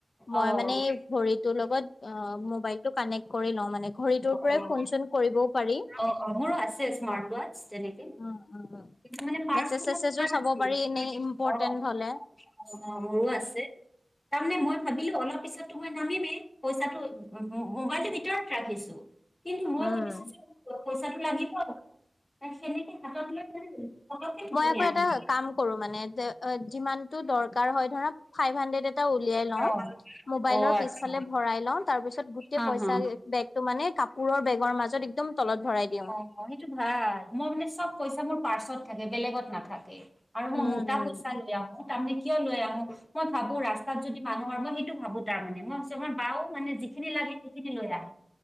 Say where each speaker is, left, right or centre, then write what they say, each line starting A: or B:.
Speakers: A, on the left; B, on the left.
A: মই
B: অ'।
A: মানে ঘড়ীটোৰ লগত অ' মোবাইলতটো কানেক্ট কৰি লওঁ, মানে ঘড়ীটোৰ পৰাই
B: অ',
A: ফোন চোন কৰিবও পাৰি।
B: অ', অ মোৰো আছে স্মাৰট ৱাটচ আছে নেকি?
A: উম উম
B: কিছুমানে পাটচ
A: মেছেজ
B: অ'
A: চেছেজো চাব পাৰি এনে ইম্পৰ্টেন্ট
B: অ'
A: হলে
B: মোৰো আছে। তাৰমানে মই ভাবিলোঁ অলপ পিছতো মই নামিমেই পইচাটো মোবাইলটোৰ ভিতৰত ৰাখিছোঁ। কিন্তু মই
A: উম
B: ভাবিছোঁ যে পইচাটো লাগিব। সেনেকে হাতত লৈ <unintelligible>
A: মই আকৌ
B: আহি
A: এটা
B: গল।
A: কাম কৰোঁ মানে যিমান তোৰ দৰকাৰ হয় ধৰা ফ্ৰাইভ হাণ্ডেট এটা উলিয়াই লওঁ।
B: অ
A: মোবাইলৰ
B: অ
A: পিছফালে
B: আচ্ছা।
A: ভৰাই লওঁ। তাৰ পিছত গোটেই
B: হা
A: পইচা
B: হা
A: বেগতটো মানে কাপোৰৰ বেগৰ মাজত একদম তলত ভৰাই দিওঁ।
B: অ' অ' সেইটো ভাল, মই মানে চ'ব পইচা বোৰৰ পাৰ্চ চ'ব থাকে বেলেগত নাথাকে আৰু মই
A: উম
B: মোটা
A: উম।
B: পইচা উলিয়াও আহ তাৰ কিয় লৈ আহোঁ। মই ভাবোঁ ৰাস্তাত যদি মানুহৰ মই সেইটো ভাবোঁ তাৰ মানে মই ভাবিছোঁ, আমাৰ বাওঁ মানে যিখিনি লাগে সেই এইকেইদিন লয় আহ